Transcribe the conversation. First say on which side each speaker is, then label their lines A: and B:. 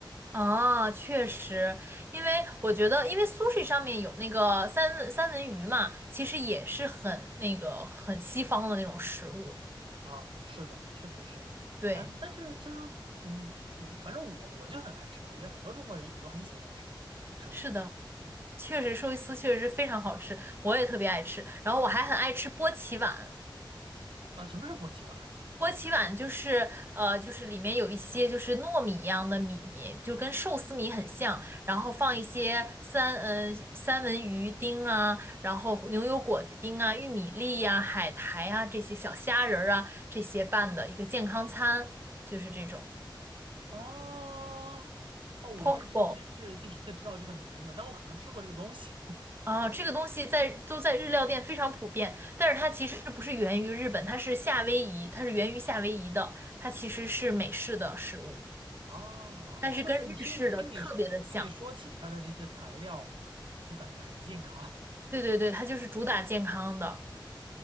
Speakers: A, on the right (about 25°); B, on the right (about 75°).
A: 啊，确实，因为我觉得，因为 sushi 上面有那个三文三文鱼嘛，其实也是很那个很西方的那种食物。
B: 啊，是的，确实是，
A: 对，
B: 嗯，但是其实，嗯，我反正我我就很爱吃，我觉得很多中国人也都很喜欢吃寿司这种嗯，
A: 是的，确实寿司确实是非常好吃，我也特别爱吃。然后我还很爱吃波奇碗，
B: 啊，什么是波奇碗？
A: 波奇碗就是呃，就是里面有一些就是糯米一样的米，就跟寿司米很像，然后放一些三嗯三文鱼丁啊，然后牛油果丁啊、玉米粒呀、海苔啊这些小虾仁儿啊这些拌的一个健康餐，就是这种
B: 哦，哦，我这这真是第一次知道这个名字，
A: poke bowl
B: 但我可能吃过这个东西。
A: 啊，这个东西在都在日料店非常普遍，但是它其实不是源于日本，它是夏威夷，它是源于夏威夷的，它其实是美式的食物，
B: <laughs> 哦，
A: 但是跟日式的特别的像。
B: 确实，你听听你说听你说起它的这些材料，就感觉很健康。
A: 对对对，它就是主打健康的。